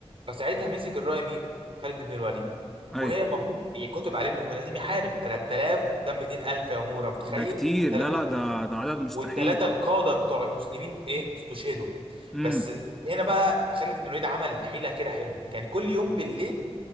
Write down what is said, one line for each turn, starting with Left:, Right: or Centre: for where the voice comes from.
Right: فساعتها مسك الرايه مين خالد بن الوليد
Centre: أي
Right: وهي المفروض يكتب عليه ان هو لازم يحارب 3000 قدام 200000 يا مورا متخيل
Centre: ده كتير
Right: وتل...
Centre: لا
Right: وت-
Centre: لا ده ده عدد مستحيل
Right: والثلاثه القاده بتوع المسلمين ايه استشهدوا
Centre: امم
Right: بس هنا بقى خالد بن الوليد عمل حيله كده حلوه كان كل يوم بالليل